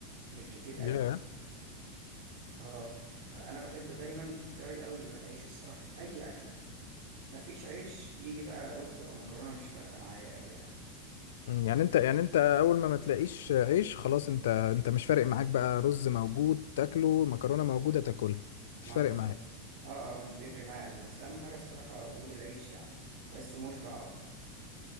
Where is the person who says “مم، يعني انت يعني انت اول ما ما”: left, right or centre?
Left